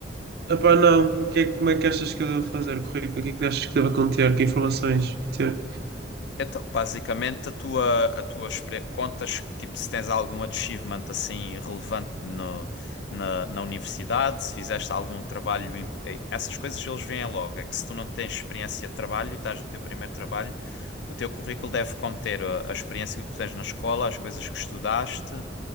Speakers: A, on the right; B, on the left.
A: Epá, não. O que é- como é que achas que eu devo fazer o currículo? O que é que achas que devo conter? Que informações ter?
B: Então, basicamente, a tua, a tua expre- contas, tipo, se tens algum achievement assim relevante no, na, na universidade, se fizeste algum trabalho, imp- eh, essas coisas eles veem logo. É que se tu não tens experiência de trabalho e estás no teu primeiro trabalho, o teu currículo deve conter a, a experiência que tu tens na escola, as coisas que estudaste